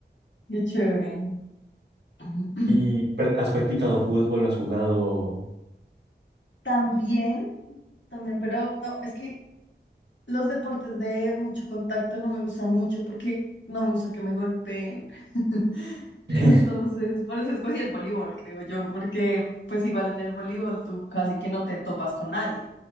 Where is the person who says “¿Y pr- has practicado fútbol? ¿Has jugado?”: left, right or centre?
Right